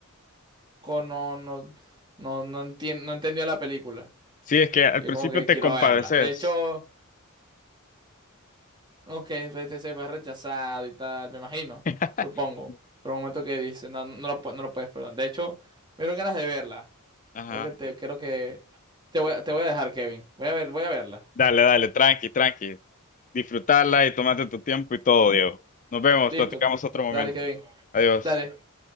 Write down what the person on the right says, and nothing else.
loco, no, no, no, no, entien- no entendió la película.
Yo
como que
quiero
verla. De hecho, ok, pues, este se fue rechazado y tal, me imagino,
supongo. Pero un momento que dice, no, no no lo, pu- no lo puedes perdonar. De hecho, me dieron ganas de verla.
Creo que te, creo que te voy, a- te voy a dejar, Kevin. Voy a ver, voy a verla.
Listo.
Dale, Kevin.
Dale.